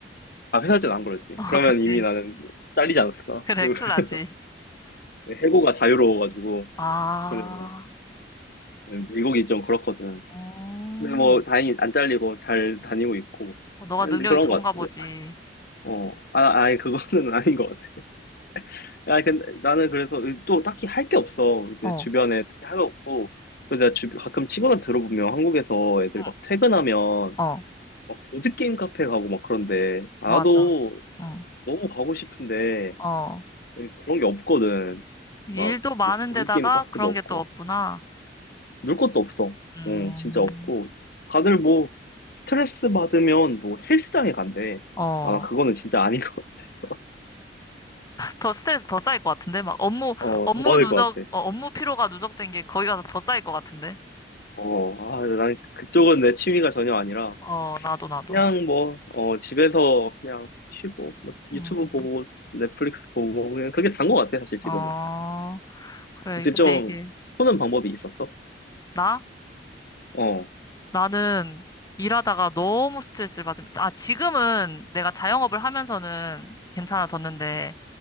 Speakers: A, on the left (about 55°); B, on the left (about 20°).
A: 아, 아, 회사할 때는 안 그러지.
B: <laughs> 어,
A: 그러면
B: 그치.
A: 이미 나는 잘리지 않았을까?
B: 그래,
A: <laughs>
B: 큰일 나지.
A: 해고가 자유로워가지고
B: 아,
A: 그래서 네, 미국이 좀 그렇거든.
B: 음,
A: 근데 뭐 다행히 안 잘리고 잘 다니고 있고
B: 어, 너가
A: 근데
B: 능력이
A: 그런
B: 좋은가
A: 것 같아.
B: 보지.
A: 어, 아, 아니 그거는 <laughs> 아닌 것 같아. 아, 근데 나는 그래서 또 딱히 할 게 없어.
B: 어,
A: 내 주변에 특히 할 거 없고. 그래서 내가 주, 가끔 친구들 들어보면 한국에서 애들
B: 응,
A: 막 퇴근하면
B: 어,
A: 막 보드 게임 카페 가고 막 그런데 나도
B: 맞아. 응,
A: 너무 가고 싶은데
B: 어,
A: 그런 게 없거든.
B: 일도
A: 막
B: 많은데다가
A: 뭐 보드 게임 카페도
B: 그런
A: 없고.
B: 게 또 없구나.
A: 놀 것도 없어.
B: 음,
A: 어, 진짜 없고. 다들 뭐, 스트레스 받으면 뭐 헬스장에 간대.
B: 어,
A: 아, 그거는 진짜 아닌 <laughs> 것 같아서.
B: 더 스트레스 더 쌓일 것 같은데? 막 업무,
A: 어,
B: 업무
A: 더 받을
B: 누적,
A: 것 같아.
B: 어, 업무 피로가 누적된 게 거기 가서 더 쌓일 것 같은데?
A: 어, 아, 난 그쪽은 내 취미가 전혀 아니라,
B: 어, 나도, 나도.
A: 그냥 뭐, 어, 집에서 그냥 쉬고, 뭐, 유튜브
B: 음,
A: 보고, 넷플릭스 보고, 그냥 그게 단 것 같아, 사실 지금은.
B: 어, 그래,
A: 근데
B: 근데
A: 좀,
B: 이게,
A: 푸는 방법이 있었어?
B: 나?
A: 어,
B: 나는 일하다가 너무 스트레스를 받으면, 아, 지금은 내가 자영업을 하면서는 괜찮아졌는데,